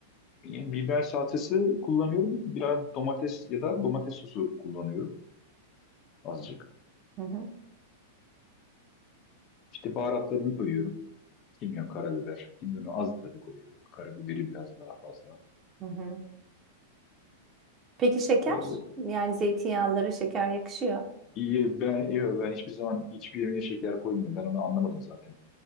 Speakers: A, on the left; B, on the right.
A: yani biber salçası kullanıyorum. Biraz domates ya da domates sosu kullanıyorum azıcık.
B: Hı hı,
A: İşte baharatlarını koyuyorum. Kimyon, karabiber. Kimyonu az tabii koyuyorum. Karabiberi biraz daha fazla.
B: hı hı. Peki şeker?
A: Ee,
B: Yani zeytinyağları şeker yakışıyor.
A: iyi ben iyi ben hiçbir zaman hiçbir yemeğe şeker koymuyorum. Ben onu anlamadım zaten.